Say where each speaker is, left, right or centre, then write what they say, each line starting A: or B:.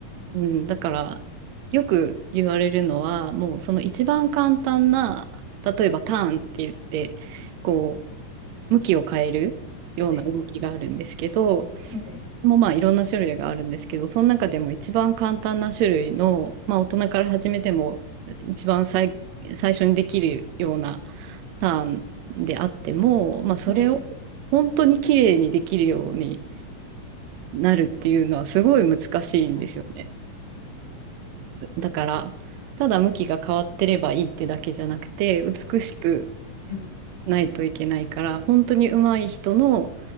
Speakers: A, on the right; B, on the right.
A: うん、だからよく言われるのは、もうその一番簡単な、例えばターンって言って、こう、向きを変えるような動きがあるんですけど、
B: はい。はい。
A: もうまあいろんな種類があるんですけど、その中でも一番簡単な種類の、まあ大人から始めても一番最、最初にできるようなターンであっても、まあそれを本当に綺麗にできるように
B: はい。
A: なるっていうのはすごい難しいんですよね。
B: うん、
A: だから、ただ向きが変わってればいいってだけじゃなくて、美しく
B: うん
A: ないといけないから、本当に上手い人の、